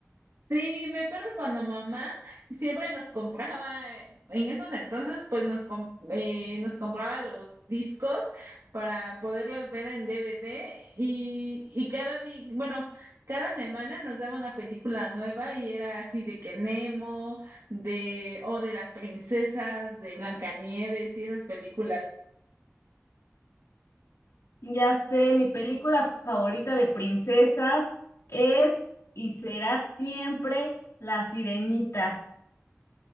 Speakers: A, on the right; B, on the left.
A: Sí, me acuerdo cuando mamá siempre nos compraba, eh, en esos entonces, pues nos, com- eh, nos compraba los discos para poderlas ver en DVD y, y cada di bueno, cada semana nos daba una película nueva y era así de que Nemo, de, o de las princesas, de Blancanieves y esas películas.
B: Ya sé, mi película favorita de princesas es y será siempre La Sirenita. <laughs>